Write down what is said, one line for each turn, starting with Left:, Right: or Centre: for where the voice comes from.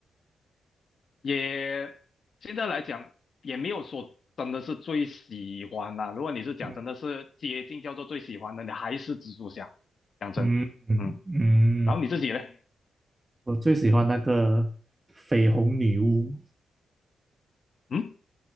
Left: 也现在来讲，也没有说真的是最喜欢呐、如果你是讲真的是接近叫做最喜欢的，
Right: 嗯。
Left: 你还是蜘蛛侠，讲真，
Right: 嗯
Left: 嗯。
Right: 嗯，
Left: 然后你自己嘞？
Right: 我最喜欢那个绯红女巫
Left: 嗯。